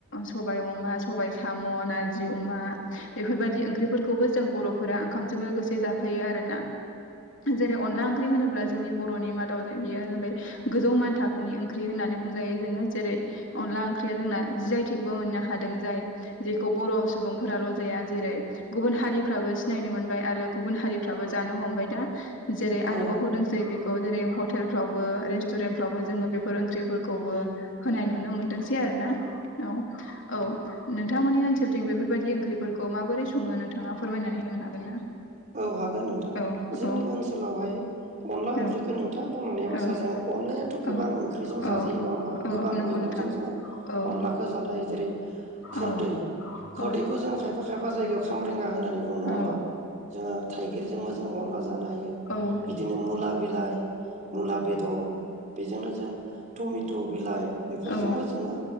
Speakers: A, on the left; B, on the right.
A: सबाय अमा सबाय साम' नारजि अमा बेफोरबायदि ओंख्रिफोरखौबो जों बर'फोरा ओंखामजों लोगोसे जा आरोना जेरै अनला ओं होनोबा अब्ला जोंनि बर'नि मादाव बेयो जाबाय गोजौ मान थाखोनि ओंख्रि होननानै बुंजायो जोङो जेरै अनला ओंख्रिया जोंना जि जाय थेकबो मोननो हादों जाय जेखौ बर' सुबुंफोराल' जेरै गुबुन हारिफ्राबो सिनायनो मोनबाय आरो गुबुन हारिफ्राबो जानो हमबाय दा जेरै आरोबाव
B: औ
A: होदोंसै बे खौ जेरै हटेलफ्रावबो रेस्टुरेन्ट फ्रावबो जोङो बेफोर ओंख्रिफोरखौबो होनाय नुनो मोनदोंसै आरो ना औ औ। नोंथांमोननि ओनसोलथिं बेफोरबायदि ओंख्रिफोरखौ माबोरै संङो नोंथाङा फोरमायनानै होनो हागोन ना?
B: औ हागोन नोंथां
A: औ
B: जोंनि
A: औ
B: ओनसोलावहाय अनला ओंख्रिखौ
A: औ
B: नोंथाङा बुंनांनायाबा
A: औ
B: जोङो अनलायाथ' गोबां
A: औ
B: ओंख्रिजों जाजायो
A: औ
B: नङा होनबा
A: औ
B: गोबां‌
A: नंगौ
B: मेगं-
A: नोंथां
B: जोंङो
A: औ
B: अनलाखौ जानाय जेरै खोरदै
A: औ
B: खोरदैखौ
A: औ
B: जों खायफा खायफा जायगायाव खाम होन्नानै बुङो नङा‌ होनबा?
A: औ
B: जोंङो थाइगिरजोंबो अनला जानो हायो
A: औ
B: बिदिनो मुला बिलाइ मुला बेदर बेजोंनो जों टमेट' बिलाइ बेफोरजोंबो
A: औ
B: जोंङो